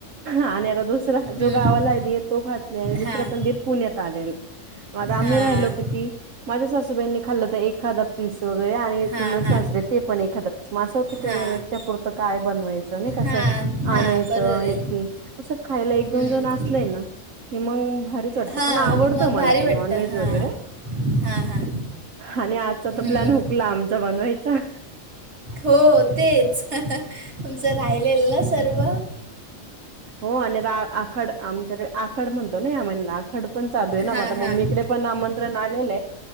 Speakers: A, on the right; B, on the right.
A: आणि आता दुसरा,
B: हं,
A: जो गावाला आहे दिर तो खात नाही, आणि दुसरा
B: हां
A: पण दिर पुण्यात आलेला म आता आम्ही
B: हां
A: राहिलो किती. माझ्या सासूबाईंनी खाल्लं तर एखादा पीस वगैरे, आणि
B: हां
A: चुलत
B: हां
A: सासरे ते पण एखादा पीस, मग असं होतं की,
B: हां
A: अरे एकट्या पुरतं काय बनवायचं. नाही का असं,
B: हां हां
A: आणायचं
B: बरोबर आहे
A: एकटी असं खायला एक
B: हं,
A: दोन जण असलय ना हे मग भारीच वाटतं,
B: हां
A: पण आवडतं
B: मग
A: मला
B: भारी
A: ते
B: वाटतं
A: नॉनव्हेज
B: हां
A: वगैरे.
B: हां हां
A: आणि आजचा तर
B: हं.
A: प्लॅन हुकला आमचा बनवायचा.
B: हो तेच तुमचं राहिलेल ना सर्व.
A: हो आणि आता आखाड आमच्याकडे आखड म्हणतो ना या महिन्याला आखड. पण चालू आहे
B: हां हां
A: मम्मीकडे पण आमंत्रण आलेल